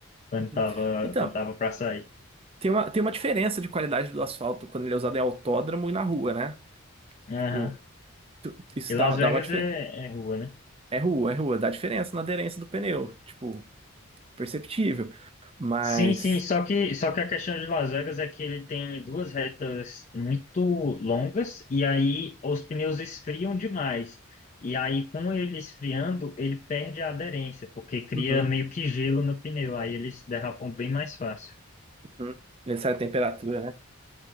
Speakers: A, on the left; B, on the right.
A: quando
B: Uhum.
A: tava,
B: Então,
A: quando tava para sair.
B: Tem uma, tem uma diferença de qualidade do asfalto quando ele é usado em autódromo e na rua, né?
A: Aham.
B: Tipo, isso
A: E Las
B: dá, dá
A: Vegas
B: uma diferença.
A: é, é rua, né?
B: É rua, é rua, dá diferença na aderência do pneu. Tipo, perceptível. Mas.
A: Sim, sim, só que, só que a questão de Las Vegas é que ele tem duas retas muito longas e aí os pneus esfriam demais. E aí, com ele esfriando, ele perde a aderência, porque cria
B: Uhum,
A: meio que gelo no pneu, aí eles derrapam bem mais fácil.
B: uhum. Ele sai a temperatura, né?